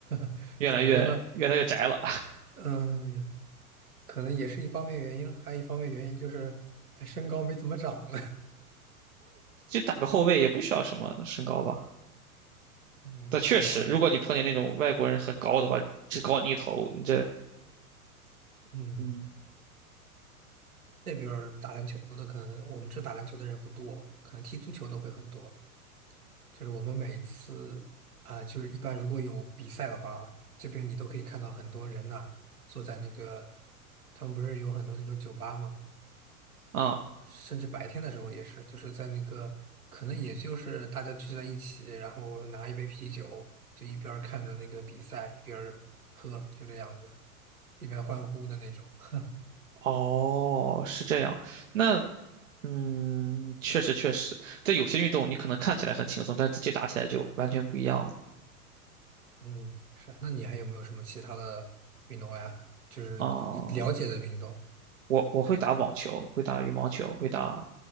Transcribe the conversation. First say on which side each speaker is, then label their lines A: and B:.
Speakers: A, on the right; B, on the right.
A: <laughs>
B: 越来越越来越宅了。
A: 怎么说呢？嗯、可能也是一方面原因，还有一方面原因就是，哎身高没怎么长。
B: 就打个后卫也不需要什么身高吧。
A: <laughs> 嗯，
B: 但确实，
A: 就是我，
B: 如果你碰见那种外国人很高的话，只高你一头，你这，
A: 嗯，
B: 嗯，
A: 就是打篮球的可能我们这打篮球的人不多，可能踢足球的会很多。就是我们每次啊、就是一般如果有比赛的话，这边你都可以看到很多人呐、坐在那个，他们不是有很多那种酒吧嘛，
B: 啊、
A: 甚至白天的时候也是，就是在那个，可能也就是大家聚在一起，然后拿一杯啤酒，就一边儿看着那个比赛，一边儿喝，就这样子，一边欢呼的那种。<laughs>
B: 哦，是这样。那，嗯，确实确实，在有些运动你可能看起来很轻松，但自己打起来就完全不一样了。
A: 嗯，是啊那你还有没有什么其他的运动呀？就是你了解的运动？
B: 啊、我我会打网球，会打羽毛球，会打